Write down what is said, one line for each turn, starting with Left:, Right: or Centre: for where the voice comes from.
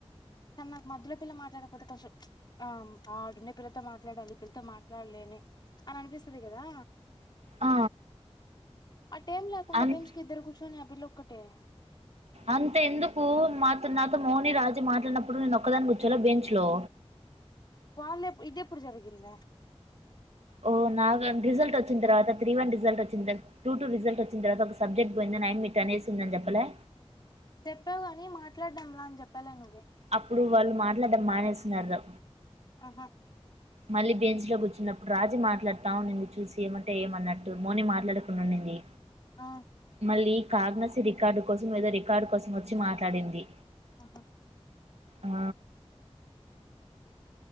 Left: కానీ నాకు మధ్యలో పిల్ల మాట్లాడకపోతే, కొంచెం ఆ ఆడుండే పిల్లతో మాట్లాడాలి, ఈ పిల్లతో మాట్లాడలేనే అని అనిపిస్తాది గదా.
Right: ఆ
Left: ఆ టైమ్ లేకుండా
Right: అన్
Left: బెంచ్‌కి ఇద్దరం కూర్చొని, ఆ పిల్లు. ఒక్కటే
Right: అంత ఎందుకు, మాతో నాతో మోని, రాజు మాట్లాడినప్పుడు నేను ఒక్కదాని కూర్చోలే. బెంచ్ లో
Left: వాళ్లు ఎప్, ఇది ఎప్పుడు జరిగిందే?
Right: ఓ నాగళ్ళ రిజల్ట్ వచ్చిన తర్వాత త్రీ వన్ రిజల్ట్ వచ్చిన త టూ టూ రిజల్ట్ వచ్చిన తర్వాత ఒక సబ్జెక్ట్ వంద, నాయనమ్మ ఇట అనేసిందని జెప్పి. హలో!
Left: చెప్పావు గానీ, మాట్లాడ్దాంలా అని చెప్పలే నువ్వు.
Right: అప్పుడు వాళ్లు మాట్లాడడం మానేస్తున్నారు.
Left: ఆహా
Right: మళ్లీ బెంచ్‌లో కూర్చున్నప్పుడు రాజీ మాట్లాడ్తా ఉండింది చూసి, ఏమంటే ఏమన్నట్టు, మార్నింగ్ మాట్లాడు. ఉండుడింది.
Left: ఆ
Right: మళ్లీ కాగ్నసి రికార్డు కోసం, ఏదో రికార్డు కోసం వచ్చి మాట్లాడింది.
Left: ఆహా
Right: ఆ